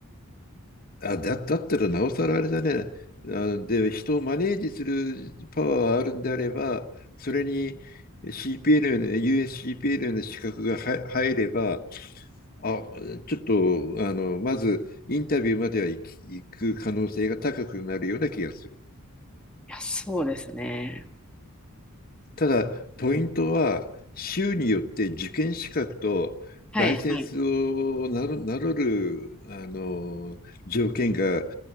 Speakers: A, on the left (about 40°); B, in the centre.
A: あ、だ、だったらなおさらあれだね。あので、人をマネージするパワーがあるんであれば、それに CPL の、USCPL の資格が入入れば、あ、ちょっと、あの、まずインタビューまでは行き行く可能性が高くなるような気がする。
B: いや、そうですね。
A: ただ、ポイントは、州によって受験資格とライセンスをなる、
B: はい、はい。
A: なろる、あの、条件が